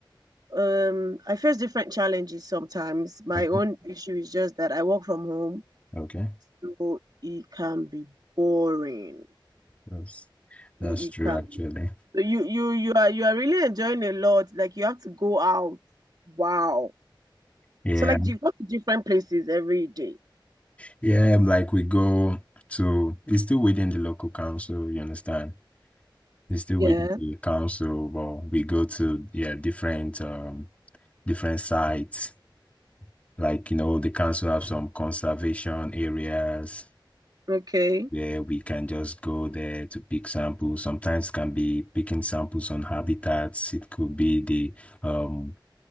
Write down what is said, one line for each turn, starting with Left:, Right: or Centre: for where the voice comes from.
Right: um I face different challenges sometimes. My
Left: Okay,
Right: own issue is just that I work from home,
Left: okay.
Right: so it can be boring.
Left: That's that's
Right: It,
Left: true
Right: it can
Left: actually.
Right: be boring. So you you you are you are really enjoying a lot. Like you have to go out. Wow.
Left: Yeah.
Right: So like you go to different places every day.
Left: Yeah, um, like we go to it's still within the local council, you understand? It's still
Right: Yeah.
Left: within the council, but we go to yeah, different um different sites. Like, you know, the council have some conservation areas
Right: Okay.
Left: where we can just go there to pick samples. Sometimes can be picking samples on habitats. It could be the um,